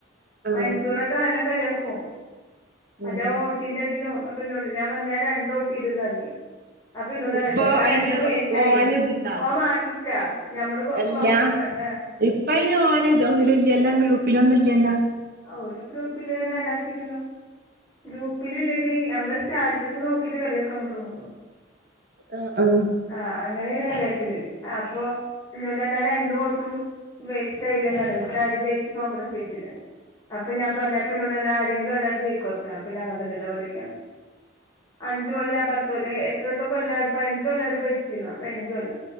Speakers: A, on the right; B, on the left.
A: ആ
B: മൻസൂറൊക്കെ ക്കെ നല്ല കളിയാക്കും മറ്റേ
A: ഏ
B: വോട്ടിന്റെതിനും പ്പന്നോട് ഞാൻ പറഞ് ഞാൻ രണ്ട് വോട്ട് ചെയ്‌തെന്ന് പറഞ് അപ്പൊ ഇന്നോടറിഞ്ഞില്ലേ
A: ഇപ്പൊ
B: ആ രണ്ടും
A: അയിന്
B: വേസ്റ്റ് ആയിന്ന്
A: ഓന് ഇതുണ്ടാ
B: ഓൻ മാർക്കിസ്റ്റാ ഞമ്മള് കോ
A: അല്ല
B: കോൺഗ്രസ് ആണ്
A: ഇപ്പ അയിന് ഓന് ഇത ഒന്നും ഇല്ലല്ലോ ഗ്രൂപ്പില് ഒന്നും ഇല്ലല്ലോ
B: ഒരു ഗ്രൂപ്പില് തന്നെ ടാക്കിണ്ടലല്ലോ ഗ്രൂപ്പിലല്ലടി നമ്മള് സ്റ്റാറ്റസ് നോ ക്കിട്ട് കളിയാക്ക അങ്ങോട്ടും ഇങ്ങോട്ടും
A: ആഹ് ആഹ്
B: ആ അങ്ങനെയാണ് കളിയാക്കല് അപ്പൊ ഇന്നോണ്ട് പറഞ് ആ രണ്ട് വോട്ടും വേസ്റ്റ് ആയിലെ ന്ന് എന്നിട്ട് ആര് ജയിച്ച് കോൺഗ്രസ് ജയിച്ചില്ലേ അപ്പൊ ഞാൻ പറഞ് അപ്പന്നോട് പറയ്യ ആരെങ്കിലും ഒരാൾ ജയികോതരേ പിന്നെ അങ്ങനെ തന്നെ അല്ലേ പറയാ അഞ്ച് കൊല്ല പത്തുകൊല്ലെ എത്ര തട്ടൊ കൊല്ല ഒരു പതിനഞ്ച് കൊല്ല അവര് ഭരിച്ചിരുന്നാ പതിനഞ്ച് കൊല്ലം